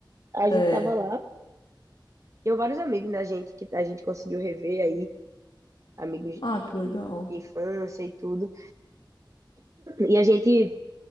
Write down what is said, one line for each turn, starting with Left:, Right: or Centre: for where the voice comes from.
Right: A gente
Left: É.
Right: tava lá. Tenho vários amigos da gente que a gente conseguiu rever aí, amigos de
Left: Ah, que legal.
Right: de infância e tudo. E a gente